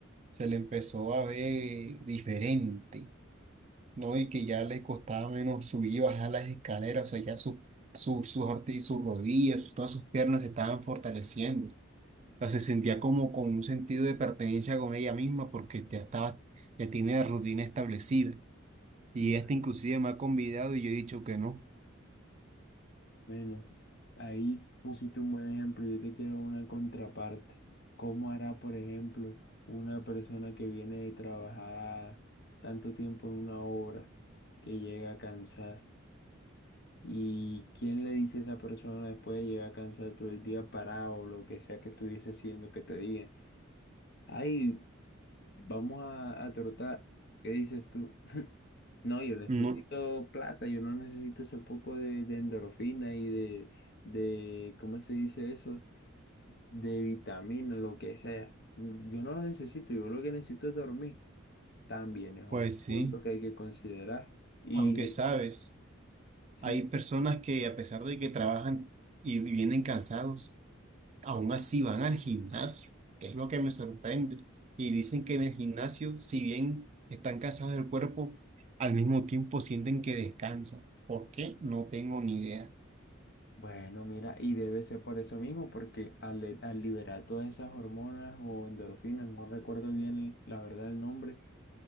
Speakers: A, on the right; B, on the left.
A: se le empezó a ver diferente. No, y que ya le costaba menos subir y bajar las escaleras, o sea, ya su, su, sus arti- sus rodillas, todas sus piernas se estaban fortaleciendo. O sea, se sentía como con un sentido de pertenencia con ella misma porque ya estaba, ya tiene la rutina establecida. Y
B: no,
A: esta inclusive me ha convidado y yo he dicho que no.
B: bueno, ahí pusiste un buen ejemplo. Yo te quiero una contraparte. ¿Cómo hará, por ejemplo, una persona que viene de trabajar tanto tiempo en una obra, que llega cansada? ¿Y quién le dice a esa persona después de llegar cansado todo el día parado o lo que sea que estuviese haciendo que te diga, ay, vamos a, a trotar? ¿Qué dices tú? <laughs> No, yo necesito
A: No,
B: plata, yo no necesito ese poco de, de endorfina y de, de, ¿cómo se dice eso? De vitamina, lo que sea. Yo no lo necesito, yo lo que necesito es dormir. También es otro
A: pues sí,
B: punto que hay que considerar. Y
A: aunque sabes,
B: sí.
A: hay personas que a pesar de que trabajan y vienen cansados, aún así van al gimnasio, que es lo que me sorprende. Y dicen que en el gimnasio, si bien están cansados del cuerpo, al mismo tiempo sienten que descansan. ¿Por qué? No tengo ni idea.
B: Bueno, mira, y debe ser por eso mismo, porque al, le- al liberar todas esas hormonas o endorfinas, no recuerdo bien la verdad el nombre,